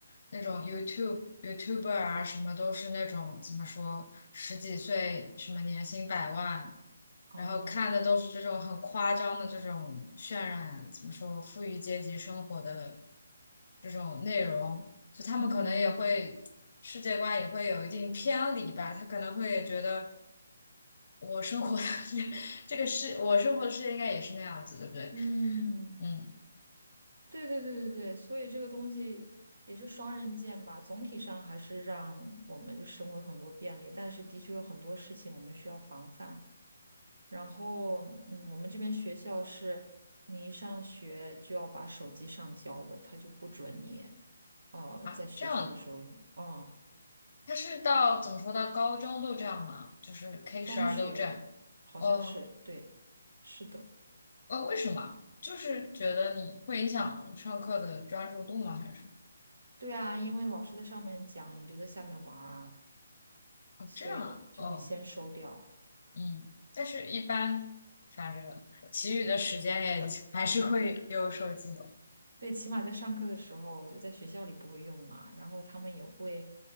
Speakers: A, on the left (about 35°); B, on the right (about 85°).
A: 那种 YouTube、YouTuber 啊，什么都是那种怎么说，十几岁什么年薪百万，
B: 啊。
A: 然后看的都是这种很夸张的这种渲染，怎么说，富裕阶级生活的这种内容，就他们可能也会世界观也会有一定偏离吧，
B: 嗯
A: 他可能会觉得我生活的 <laughs> 这个世，我生活的世界应该也是那样子，对不对？
B: 嗯，
A: 嗯。
B: 对对对对对，所以这个东西也是双刃剑吧。总体上还是让我们就生活有很多便利，但是的确有很多事情我们需要防范。然后，嗯，我们这边学校是，你一上学就要把手机上交的，他就不准你，呃，
A: 啊，
B: 在学校的时候用。
A: 这样，的，
B: 嗯，
A: 他是到怎么说到高中都这样吗？就是 K
B: 中学好像是，
A: 十二都这样？哦，
B: 对，是的，
A: 哦，为什么？就是觉得你会影响上课的专注度吗？还是什么？
B: 对啊，因为老师在上面讲，你就在下面玩儿啊，
A: 哦，
B: 所以就会先收掉。
A: 这样啊，哦，嗯，但是一般，反正其余的时间也还是会有手机。
B: 对，起码在上课的时候，就在学校里不会用嘛，然后他们也会